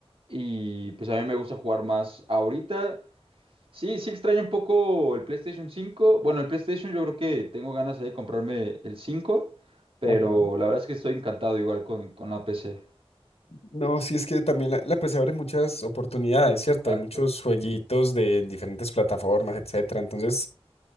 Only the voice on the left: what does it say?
Ajá.
No, sí es que también la, la PC abre muchas oportunidades, ¿cierto?
Hay muchos jueguitos de en diferentes plataformas, etcétera. Entonces,